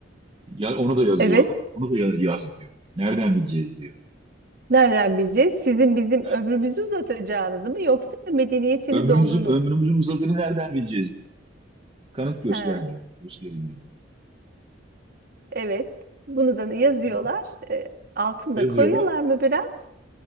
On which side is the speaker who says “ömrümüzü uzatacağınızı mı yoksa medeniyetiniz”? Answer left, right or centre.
Right